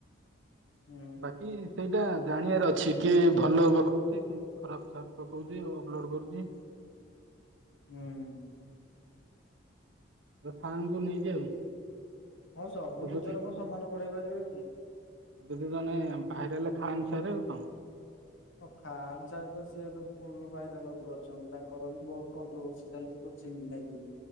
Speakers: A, on the left (about 85°); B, on the right (about 75°).
A: ହୁଁ।
B: କି ସେଇଟା ଜାଣିବାର ଅଛି କିଏ ଭଲ ହବ କଉଛି କି ଖରାପ ଚାଟ ପକଉଛି ଆଉ ଅପଲୋଡ଼୍ କରୁଛି।
A: ହୁଁ।
B: ତା ଫ୍ୟାନଙ୍କୁ ନେଇକି ଆଉ।
A: ହଁ ସବୁ
B: ଏବେ
A: ଟିଚର
B: ତ
A: କଣ ସମାନ ପଢେଇ ପାରିବେ କି?
B: ଯଦି ଜଣେ ଭାଇରଲ ଖାନ୍ ସାର୍ ଆଉ କଁ।
A: ଓ ଖାନ ସାର୍ ତ ସିଏ ଏବେ ଫୁଲ ବାଇରାଲ ଉପରୁ ଅଛନ୍ତି ତାଙ୍କର ବି ବହୁତ କଣ୍ଟ୍ରୋଭସି ଚାଲିଛି। କୋଚି ନେଇକି